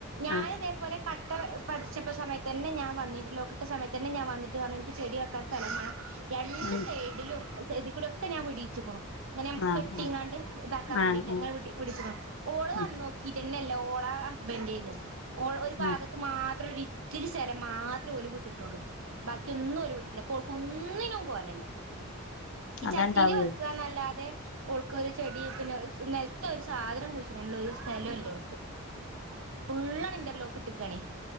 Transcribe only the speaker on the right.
ഞാന്
തേപോലെ കട്ട പതിച്ചപ്പ സമയത്തന്നെ ഞാൻ വന്നീനു ഇന്റർ ലോക്ക്ട്ട സമയത്തെന്നെ ഞാം വന്ന്ട്ട് പറഞ്ഞു ഇൻക്ക് ചെടി വെക്കാം സ്ഥലം വാണം രണ്ട്
സെയ്ഡിലും സെയ്ഡ്കുടൊക്കെ ഞാൻ വിടീ ച്ച്കുണു ങ്ങനമ്മക്ക്
കെട്ടീങ്ങാണ്ട് താക്കാ
വേണ്ടീട്ട്
ങ്ങനെ വ്ട് <unintelligible> ഓള്
വന്നോക്കീറ്റ് ല്ല ല്ല ഓളെ ഹസ്ബന്റെയ്ന്നു ഓൾ ഒര്ഭാഗത്ത്
മാത്രോരി ത്തിരി സ്ഥലം മാത്രം ഓല് വിട്ട്ട്ടോള്ളൂ ബാക്കി ഒന്നും ഓല് വിട്ടിട്ട്ല്ല പ്പോ ഓൾക്കൊന്നിനും കോലല്ല ഈ
ചട്ടീല് വെക്കാന്നല്ലാതെ ഓൾക്കൊരു ചെടി പിന്നെ നെൽത് തൊര് സാധനം കുഴിച്ച്ടാന്ള്ളോരു സ്ഥലല്ലോള്ക്ക് ഫുള്ളണ് ഇന്റർ ലോക്ക് ട്ട് കാണേ